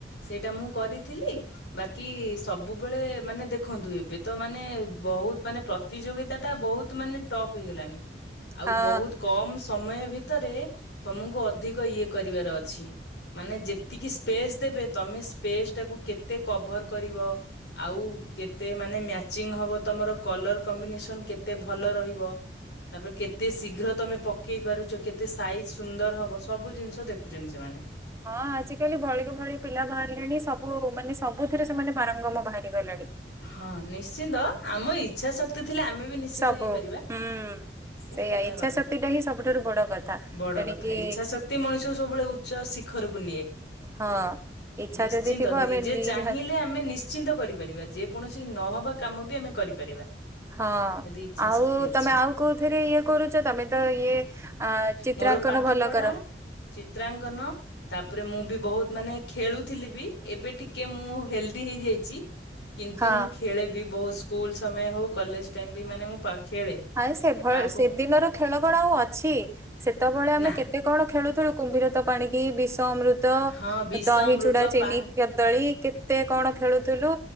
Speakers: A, on the left; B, on the right.
A: ସେଇଟା ମୁଁ କରିଥିଲି। ବାକି ସବୁବେଳେ ମାନେ ଦେଖନ୍ତୁ ଏବେ ତ ମାନେ ବହୁତ ମାନେ ପ୍ର ତିଯୋଗିତା ବହୁତ ମାନେ ଟପ୍ ହେଇଗଲାଣି ଆଉ
B: ହଁ
A: ବହୁତ କମ୍ ସ ମୟ ଭିତରେ ତମକୁ ଅଧିକ ଇଏ କରିବାର ଅଛି ମାନେ ଯେତେ ତିକୀ ସ୍ପେସ ଦେବେ ତମେ ସ୍ପେସ୍ ଟାକୁ କେତେ କଭର କରିବ ଆଉ କେତେ ମାନେ ମ୍ୟାଚିଂ ହବ ତମର କଲର କମ୍ବିନେସନ କେତେ ଭଲ ରହିବ। ତାପରେ କେତେ ଶୀଘ୍ର ତମେ ପକେଇ ପାରୁଚ କେତେ ସାଇଜ ସୁନ୍ଦର ହବ ସବୁ ଜିନିଷ ଦେଖୁଚନ୍ତି ସେମାନେ।
B: ହଁ ଆଜିକାଲି ଭଳିକୁ ଭଳି ପିଲା ବାହାରିଲେଣି ସବୁ ମାନେ ସବୁଥିରେ ସେମାନେ ପାରଙ୍ଗମ ବାହାରି ଗଲାଣି।
A: ହଁ ନିଶ୍ଚିନ୍ତ ଆମ ଇଚ୍ଛା ଶକ୍ତି ଥିଲେ ଆମେ ବି ନିଶ୍ଚିନ୍ତ
B: ସବୁ
A: ହେଇପାରିବା।
B: ହୁଁ।
A: ସେଇଟା
B: ସେଇଆ
A: ହେଲା
B: ଇଚ୍ଛା
A: କଥା
B: ଶକ୍ତି ଟା ହିଁ ସବୁଠାରୁ ବଡ କଥା
A: ବଡ
B: ତେଣିକି
A: କଥା ଇଛା ଶକ୍ତି ମଣିଷକୁ ସବୁବେଳେ ଉ ଚ ଶିଖରକୁ ନିଏ
B: ହଁ। ଇଚ୍ଛା
A: ନିଶ୍ଚିନ୍ତ
B: ଯଦି ଥିବ
A: ନିଜେ
B: ଆମେ ନିହା
A: ଚାହିଁଲେ ଆ ମେ ନିଶ୍ଚିନ୍ତ କରିପାରିବା ଯେକୌଣସି ନହବା କାମ ବି ଆମେ କରିପାରିବା।
B: ହଁ
A: ଯଦି ଇଚ୍ଛା
B: ଆଉ
A: ଶକ୍ତି ଅଛି
B: ତମେ ଆଉ କୋଉଥିରେ ଇଏ କରୁଛ ତମେ ତ ଇଏ ଅ ଚିତ୍ରାଙ୍କନ
A: ମୋର ପାଠ
B: ଭଲ
A: ପଢା
B: କର।
A: ଚିତ୍ରାଙ୍କନ ତାପରେ ମୁଁ ବି ବହୁତ୍ ମାନେ ଖେଳୁଥିଲି ବି ଏବେ ଟିକେ ମୁଁ ହେଲ୍ଡି ହେଇଯାଉଚି। କିନ୍ତୁ
B: ହଁ।
A: ମୁଁ ଖେଳେ ବି ବହୁତ ସ୍କୁଲ ସମୟ ହଉ କଲେଜ ଟାଇମ ବି ମାନେ ମୁଁ ପା ଖେଳେ।
B: ଆଇ ସେଭଳି
A: ପାପ
B: ସେଦିନର ଖେଳ କଣା ଆଉ ଅଛି ସେତେବେଳେ ଆମେ
A: ନା
B: କେ ସେ କ'ଣ ଖେଳୁଥେଳୁ କୁମ୍ଭୀରତା ପାଣିକି ବିଷ ଅମୃତ
A: ହଁ ବିଷ
B: ଦହି
A: ଅମୃତ
B: ଚୁଡା ଚିନି୍ଷ
A: ପାହାଡ଼
B: ଦଳି କେତେ କ'ଣ ଖେଳୁଥିଲୁ